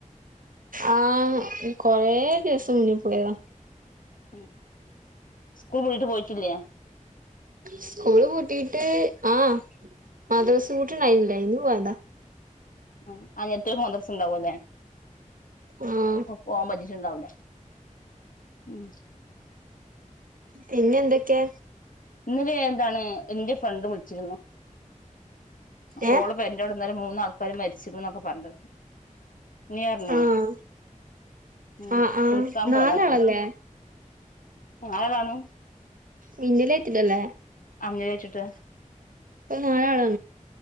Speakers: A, on the right; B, on the left.
A: ആഹ് കൊറേ ദിവസം മുന്നി പോയതാ
B: ഉം സ്കൂളുവിട്ട് പോയിട്ടില്ലേ
A: സ്കൂള്പൂട്ടിട്ട് ആഹ് മദ്രസ പൂട്ടിണ്ടായില്ല ഇന്ന് പോയതാ
B: ആഹ് ആയെത്തേക്ക് മദ്രസ ഉണ്ടാവുല്ലേ
A: ആഹ്
B: പ്പ പോവാൻ പറ്റിട്ടുണ്ടാവില്ല ഉം
A: പിന്നെ എന്തൊക്കെയ
B: പിന്നെ വേറെന്താണ് എന്റെ ഫ്രണ്ട് വിളിച്ചിരുന്നു അപ്പോ
A: ഏഹ്
B: ഓള് ഇപ്പൊ എന്റെവിടെന്നലും മൂന്നാൾക്കാര് മരിച്ചുന്നൊക്കെ പറഞ്ഞത് നീയറിഞ്ഞോ
A: ആഹ്
B: ഉം
A: ആഹ് ആഹ്
B: കുളിക്കാൻ
A: നാലാളല്ലേ
B: പോയതത്രേ ഞായറാണോ
A: മിന്നലെഏറ്റില്ലല്ലേ
B: അങ്ങനെറ്റിട്ട്
A: ഇപ്പോ മഴയാണോ